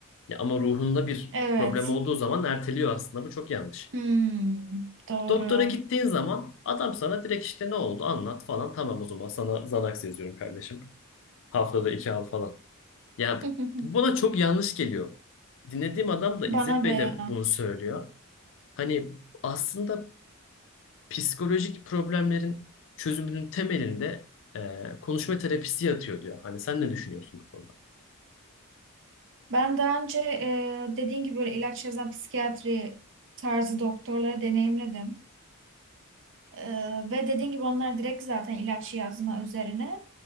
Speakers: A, on the left; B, on the right.
A: Ya ama ruhunda bir
B: Evet.
A: problem olduğu zaman erteliyor aslında. Bu çok yanlış.
B: Hmm, doğru.
A: Doktora gittiğin zaman adam sana direkt işte ne oldu anlat falan. Tamam o zaman sana Xanax yazıyorum kardeşim. Haftada iki al falan. Ya
B: <laughs>
A: bu bana çok yanlış geliyor. Dinlediğim adam da
B: Bana
A: İzzet Bey
B: da ya.
A: de bunu söylüyor. Hani aslında psikolojik problemlerin çözümünün temelinde e, konuşma terapisi yatıyor diyor. Hani sen ne düşünüyorsun bu konuda?
B: Ben daha önce e, dediğin gibi böyle ilaç yazan psikiyatri tarzı doktorları deneyimledim. E, ve dediğin gibi onlar direkt zaten ilaç yazma üzerine.